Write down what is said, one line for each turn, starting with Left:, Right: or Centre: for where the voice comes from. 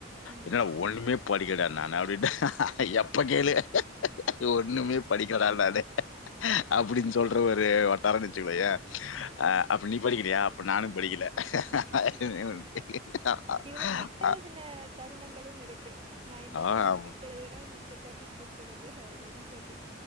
Right: ம்.
Left: என்னடா ஒன்னுமே படிக்கல நானு அப்டின்ட்டு அ எப்ப கேளு ஹே ஒன்னுமே படிக்கல டா நானு அப்டின்னு சொல்ற ஒரு வ ட்டாரோன்னு வெச்சுக்கோயே
Right: ம்.
Left: அப்ப நீ படிக்கலயா நானு படிக்கல ரெண்டு பேரு
Right: இதுல பிட் எழுதின தருணங்களும் இருக்கு நா இந்த
Left: ஆ
Right: டாபிக்
Left: ஆமா.
Right: பிட்டு எழுதறே நீ இந்த டாபிக் பிட்டு எழுது அப்டின்னு சொல்லி